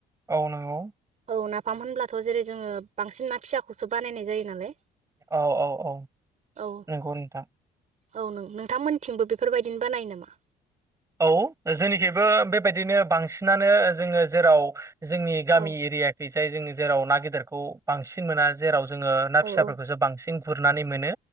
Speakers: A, on the right; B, on the right.
A: औ नंगौ
B: औ नाफाम होनब्लाथ' जेरै जोङो बांसिन ना फिसाखौसो बानायनाय जायो नालाय
A: औ औ औ
B: औ
A: नंगौ नोंथां
B: औ नों नोंथांमोनथिंबो बेफोरबायदिनो बानायो नामा
A: औ जोंनिखिबो बेबायदिनो बांसिनानो जोङो जेराव जोंनि गामि
B: औ
A: एरियाखैजाय जों जेराव ना गिदिरखौ बांसिन बांसिन मोना जेराव जोङो ना
B: औ
A: फिसाफोरखौसो
B: औ
A: बांसिन गुरनानै मोनो